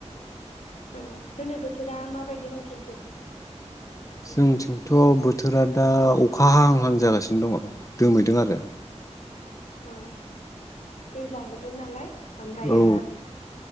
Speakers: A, on the left (about 75°); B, on the left (about 25°).
A: औ दिनै बोथोरा माबायदि नोंसोरनिथिं
B: जोंथिं थ' बोथोरा दा अख अखा हाहांहां जागासिनो दङ दोमैदों आरो
A: औ। दैज्लां बोथोर नालाय ओमफायो
B: औ